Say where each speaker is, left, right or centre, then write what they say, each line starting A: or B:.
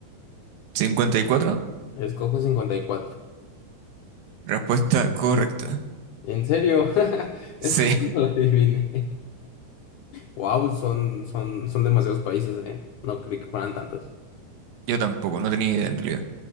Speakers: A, on the right; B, on the left.
A: cincuenta y cuatro
B: Escojo 54.
A: respuesta correcta.
B: ¿En serio? <laughs> Eso
A: Sí,
B: no lo adiviné. Wow, son, son, son demasiados países, ¿eh? No creí que fueran tantos.
A: <laughs> yo tampoco, no tenía idea en realidad.